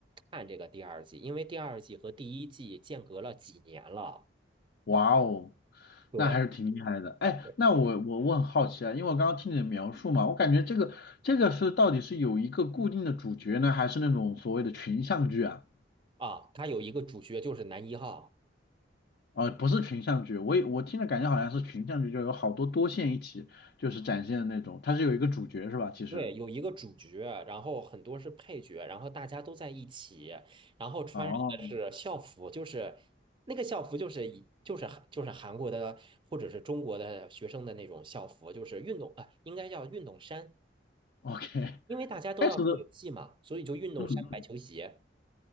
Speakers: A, on the right; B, on the left.
A: 看这个第二季，因为第二季和第一季间隔了几年了。
B: 哇哦，
A: 对，
B: 那还是挺厉害的。哎，
A: 对
B: 那我我我很好奇啊，因为我刚刚听你的描述嘛，我感觉这个这个是到底是有一个固定的主角呢，还是那种所谓的群像剧啊？
A: 啊，它有一个主角就是男一号，
B: 哦，不是群像剧，我也我听着感觉好像是群像剧，就有好多多线一起就是展现的那种，它是有一个主角是吧？其实，
A: 对，有一个主角，然后很多是配角，然后大家都在一起，然后穿上的是校服，
B: 哦
A: 就是那个校服就是以就是韩就是韩国的或者是中国的学生的那种校服，就是运动啊、呃应该叫运动衫，
B: ，OK，
A: 因为大家都要做游戏嘛，
B: <laughs> 开始的，
A: 所以就运动衫、
B: 嗯嗯，
A: 白球鞋。